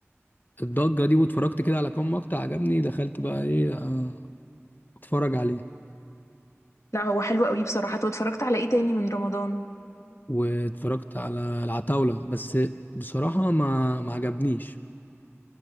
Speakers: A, on the left; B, on the left.
A: الضجه دي واتفرجت كده على كام مقطع عجبني دخلت بقى ايه آه، اتفرج عليه
B: لا هو حلو قوي بصراحه طب اتفرجت على ايه تاني من رمضان
A: واتفرجت على العتاولة بس بصراحة ما ما عجبنيش